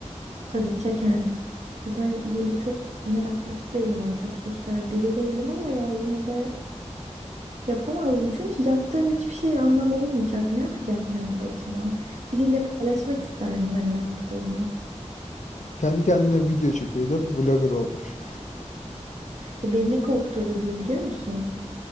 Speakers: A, on the right; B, on the left.
A: Tabii çekerdim. Ya ben böyle çok meraklısı değilim. Hani çok sosyal biri değilim ama ya yine de yapamazdım. Çünkü yaptığım hiçbir şeyin anlamı olmayacak. Ne yapacağım kendi başıma? Biriyle paylaşmak isterdim hani ne yaptığımı.
B: Kendi kendine video çekiyor da vlogger olmuş.
A: Ya beni ne korkuturdu bir de biliyor musun?